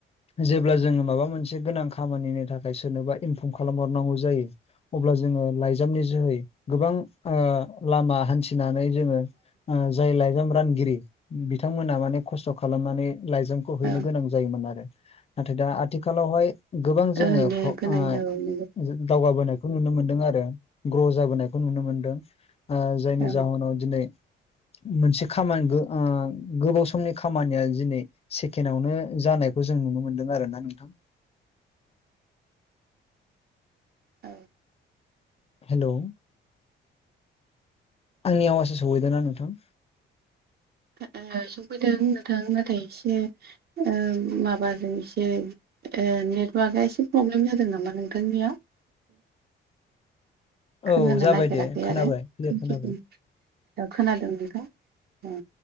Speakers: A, on the left (about 30°); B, on the right (about 55°).
A: जेब्ला जोंङो माबा मोनसे गोनां खामानिनि थाखा फ्राय सोरनोबा इनफर्म खालामहरनांगौ जायो अब्ला जोंङो लाइजामनि जोहै गोबां ओ लामा हान्थिनानै जोंङो ओ जाय लाइजाम रानगिरि बिथांमोना माने खस्थ' खालामनानै लाइजामखौ हैनो
B: औ
A: गोनां जा जायोमोन आरो। नाथाय दा आथिखालावहाय गोबां जोंङो
B: ओरैनो
A: फ्र
B: गोनां
A: ओ
B: औ नंगौ
A: जों दावगाबोनायखौ नुनो मोनदों आरो ग्र' जाबोनायखौ नुनो मोनदों। ओ जायनि
B: औ
A: जाहोनाव दिनै मोनसे खामानिबो ओ गोबाव सम समनि खामानिया दिनै सेकेणडआवनो जानायखौ जों नुनो मोन्दों आरो ना नोंथां।
B: औ।
A: हेल', आंनि आवासो सहैदों ना नोंथां।
B: ओ सफैदों नोंथां नाथाय एसे माबा दों एसे ए नेटवार्कआ एसे प्रब्लेम जादों नामा नोंथांनियाव खोनानो
A: औ जाबाय
B: नागिराखै
A: दे खोनाबाय
B: आरो
A: क्लियार
B: <unintelligible> <unintelligible>
A: खोनाबाय
B: खोनादों नोंथां।